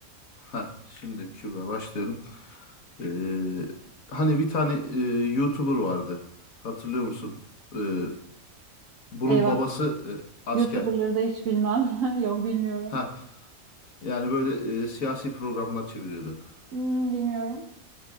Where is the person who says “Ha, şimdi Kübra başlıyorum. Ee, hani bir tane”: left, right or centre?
Left